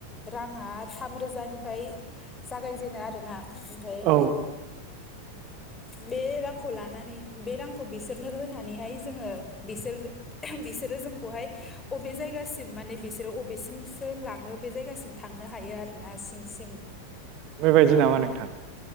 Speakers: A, on the left; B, on the right.
A: राङा थामरोजानिफ्राय जागायजेनो आरोना ओमफाय
B: औ
A: बे रां खौ लानानै बे रांखौ बिसोरनो होनानैहाय जोङो बिसोर बिसोरो जोंखौहाय अबे जायगासिम माने बिसोरो बबेसिमसो लाङो बे जायगासिम थांनो हायो आरोना सिं सिं
B: बेबायदि नामा नोंथां